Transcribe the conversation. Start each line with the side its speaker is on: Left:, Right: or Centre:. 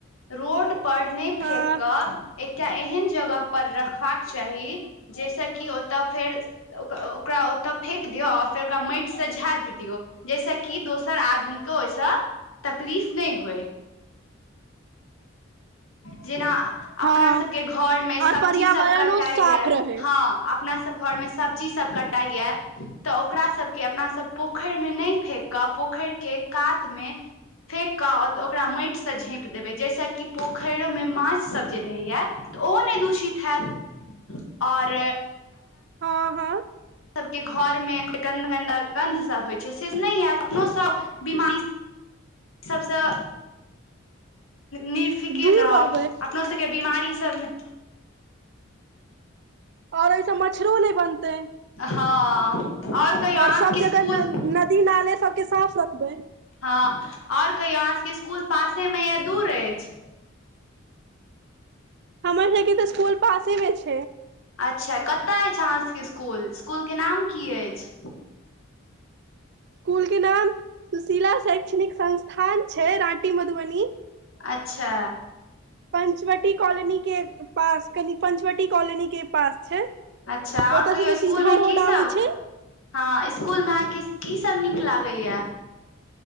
Left: रोड पर नहि फेक
Right: हँ
Left: क ए क एहन जगह पर रखबाक चाही जाहिस कि ओतऽ फेर ओकरा ओतऽ फेेक दियऔ आऔर फेर ओकरा माटि से झाँपि दियऔ जैस कि दोसर आदमी के ओहिस तकलीफ नहि होए जेना अपना
Right: हँ
Left: सबके घर मे सब्जी
Right: और पर्यावरणो
Left: सब कटाइया
Right: साफ रहै
Left: हँ अपना स सब घर में सब्जी सब कटाई या तऽ ओकरा सब के अपना सब पोखरि में नै फेेक कऽ पोखरि के कात मे फेेक कऽऽ ओकरा माटिसँ झेपि देबै जहिसँ कि पोखरिमे माछसभ जे रहैए त ओ नहि दूषित हेत आओर
Right: हँ हँ
Left: हम सभके घरमे गन्दगन्दा गन्धसभ होइ छै से नहि हएत अपनोसभ बिमारी सबसँ निर्फिकिर
Right: दूर
Left: रहब
Right: रहबै
Left: अपनो सबके बीमारी सब न
Right: और ओहिसँ मच्छरो नहि बनतै
Left: हँ और कहियो
Right: और
Left: अहाँसके
Right: सब जगह
Left: स्कुल
Right: न नदी नाले सबके साफ रखबै
Left: हँ और कहियौ अहाँ सबके इसकुल पासे मे या दूर अछि
Right: हमर सबके तऽ स्कुल पासेमे छै
Left: अच्छा कतय अछि अहाँ सभके स्कुल स्कुलके नाम की अछि
Right: स्कुल के नाम सुशीला शैक्षणिक संस्थान छै राँटी मधुबनी
Left: अच्छा
Right: पंचवटी कॉलोनी के पास कनि पंचवटी कॉलोनी के पास छै
Left: अच्छा
Right: ओतय
Left: और कहियौ
Right: से तऽ
Left: स्कुल
Right: सीधा
Left: मे
Right: रोड
Left: की सब
Right: आबै छै
Left: हँ स्कुल मे अहांके की सब नीक लागैया